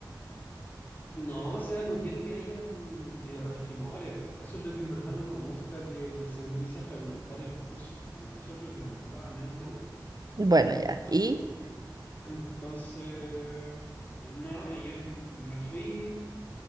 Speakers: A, on the left (about 25°); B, on the right (about 55°).
A: No, o sea, no quiero que hayan eh, rasquemores. Eso es lo que en verdad no me gusta, que, que se empiece a fragmentar el curso. Como eso es lo que en verdad menos me gusta.
B: Bueno, ya. ¿Y?
A: Entonces, eh, nada, yo m- me fui.